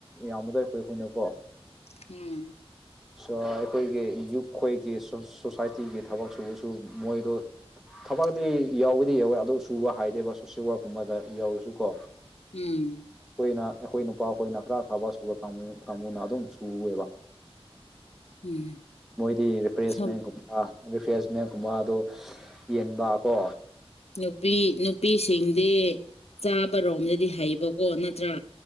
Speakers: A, in the centre; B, on the left.
A: ꯌꯥꯝꯕꯗꯣ ꯑꯩꯈꯣꯏ ꯈꯨꯟꯅꯀꯣ
B: ꯍꯝ
A: ꯑꯩꯈꯣꯏꯒꯤ ꯌꯨꯠ ꯈꯣꯏꯒꯤ ꯁꯣꯁꯥꯏꯇꯤꯒꯤ ꯊꯕꯛ ꯁꯨꯕꯨꯁꯨ ꯃꯣꯏꯗꯣ ꯊꯕꯛꯗꯤ ꯌꯥꯎꯕꯗꯤ ꯌꯥꯎꯋꯦ ꯑꯗꯨ ꯁꯨꯕ ꯍꯥꯏꯗꯦꯕ ꯁꯣꯁꯦꯜ ꯋꯥꯔꯛꯀꯨꯝꯕꯗ ꯌꯥꯎꯔꯁꯨꯀꯣ
B: ꯎꯝ
A: ꯑꯩꯅ ꯑꯩꯈꯣꯏ ꯅꯨꯄꯥ ꯈꯣꯏꯅ ꯈꯔ ꯊꯕꯛ ꯁꯨꯕ ꯀꯥꯡꯕꯨ ꯀꯥꯡꯕꯨꯅ ꯑꯗꯨꯝ ꯁꯨꯋꯦꯕ
B: ꯎꯝ
A: ꯃꯣꯏꯗꯤ ꯔꯤꯐ꯭ꯔꯦꯁꯃꯦꯟꯒꯨꯝꯕ
B: ꯊꯝ
A: ꯔꯤꯐ꯭ꯔꯦꯁꯃꯦꯟꯒꯨꯝꯕ ꯑꯗꯣ ꯌꯦꯟꯕꯀꯣ
B: ꯅꯨꯄꯤ ꯅꯨꯄꯤꯁꯤꯡꯗꯤ ꯆꯥꯕꯔꯣꯝꯗꯗꯤ ꯍꯩꯕꯀꯣ ꯅꯠꯇ꯭ꯔꯥ